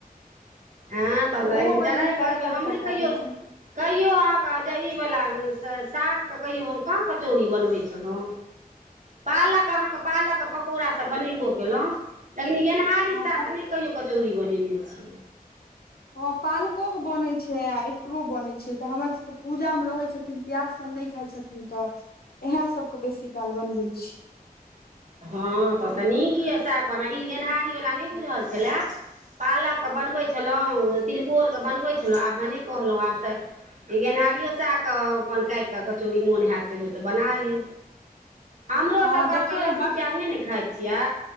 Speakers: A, on the right; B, on the left.
A: ऐ तब
B: तऽ
A: एक
B: ओहो
A: दिन
B: बड़
A: टराइ
B: नीक
A: करबै
B: करकर
A: हम
B: करकर
A: नहि कहियौ
B: होइ छै
A: कहियो अहाँ केँ जे ई वला साग कऽ कहियो हम कहाँ कचौड़ी बनबै छलहुँ पालक अहाँकेँ पालक पकौड़ा सभ बनेबो केलौ लेकिन गेनहारी
B: हँ
A: साग नहि कहियो कचौड़ी बनेने छियै
B: ह पालको के बनै छै आ इहो बनै छै तऽ हमर सभके पूजामे रहै छथिन प्याज सभ नहि खाइ छथिन तऽ इएहे सभ के बेसी काल बनबै छी
A: हँ तऽ नीक यए साग वला ई गेनहारी वला नै बुझल छलए पालके बनबै छलहुँ तिलकोरके बनबै छलहुँ आब भने कहलहुँ आब तऽ इ गेनहारियो साग कऽ अपन काटि क कचौड़ी मोन होयत कहियो तऽ बना ली हमरो
B: हँ
A: सभके अहाँकेँ
B: देखबै
A: लहसुन
B: बड़
A: प्याज नै ने खाइ छियै